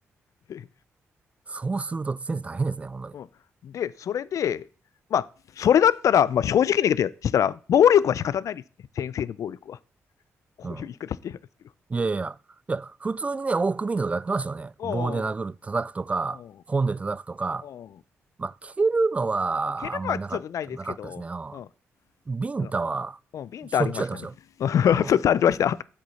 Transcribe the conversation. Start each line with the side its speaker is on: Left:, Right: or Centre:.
Left: で
Right: そうすると先生大変ですね、本当に。
Left: うんで、それで、まあ、それだったら、まあ、正直に言ってしたら、暴力は仕方ないですね、先生の暴力は。こういう言い方してるんですけど。
Right: うん。いやいやいや。いや、普通にね、往復ビンタとかやってましたよね。
Left: うん
Right: 棒で殴る、叩くとか、
Left: うんうん
Right: 本で叩くとか。
Left: う
Right: まあ、蹴るのはあんまりなかった、
Left: ん蹴るのはちょっとないですけど、
Right: なかったですね。うん。
Left: うん
Right: ビンタは、
Left: あのうん、ビンタありましたね。
Right: しょっちゅうやってましたよ。
Left: <laughs>
Right: うん。
Left: そうされてました。